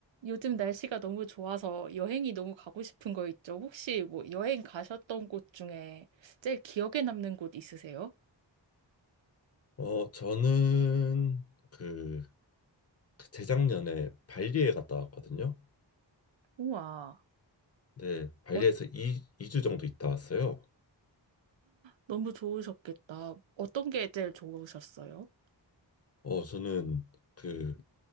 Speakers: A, on the right; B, on the left.
A: 요즘 날씨가 너무 좋아서 여행이 너무 가고 싶은 거 있죠? 혹시 뭐 여행 가셨던 곳 중에 제일 기억에 남는 곳 있으세요?
B: 어, 저는 그, 그 재작년에 발리에 갔다 왔거든요.
A: 우와,
B: 근데 발리에서
A: 어,
B: 이이주 정도 있다 왔어요.
A: 너무 좋으셨겠다. 어떤 게 제일 좋으셨어요?
B: 어, 저는 그